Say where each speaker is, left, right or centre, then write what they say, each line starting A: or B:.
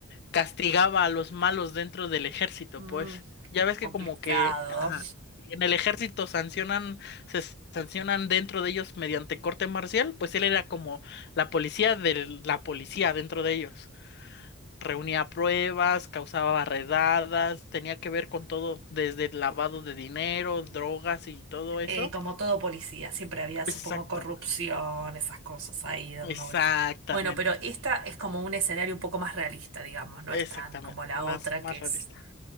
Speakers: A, on the left; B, on the right.
A: castigaba a los malos dentro del ejército,
B: Mm,
A: pues. Ya ves que
B: complicado.
A: como que ajá, en el ejército sancionan, se sancionan dentro de ellos mediante corte marcial, pues él era como la policía de la policía dentro de ellos. Reunía pruebas, causaba redadas, tenía que ver con todo, desde el lavado de dinero, drogas y todo eso.
B: Eh, como todo policía, siempre había, supongo,
A: Exactamente,
B: corrupción, esas cosas ahí dando
A: exactamente,
B: vuelta. Bueno, pero esta es como un escenario un poco más realista, digamos, no
A: exactamente,
B: es tan como la
A: más,
B: otra
A: más
B: que es.
A: realista.